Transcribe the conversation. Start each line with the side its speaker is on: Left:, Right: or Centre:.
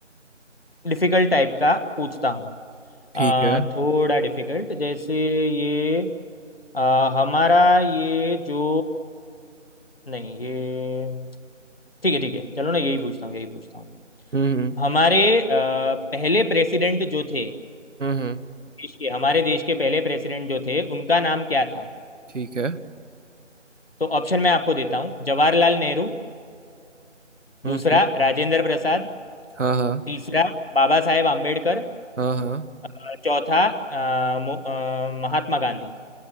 Left: डिफिकल्ट टाइप का पूछता हूँ
Right: ठीक
Left: आ,
Right: है
Left: थोड़ा डिफिकल्ट जैसे ये आ, हमारा ये जो नहीं ये ठीक है ठीक है चलो ना यही पूछता हूँ यही पूछता हूँ
Right: हम्म हम्म
Left: हमारे अ, पहले प्रेसिडेंट जो थे
Right: हम्म हम्म,
Left: देश के हमारे देश के पहले प्रेसिडेंट जो थे उनका नाम क्या था
Right: ठीक है
Left: तो ऑप्शन मैं आपको देता हूँ जवाहरलाल नेहरू
Right: हम्म
Left: दूसरा
Right: हम्म,
Left: राजेंद्र प्रसाद
Right: हाँ हाँ
Left: तीसरा बाबा साहेब आम्बेडकर
Right: हाँ हाँ
Left: अ, चौथा अ, मो- अ, महात्मा गांधी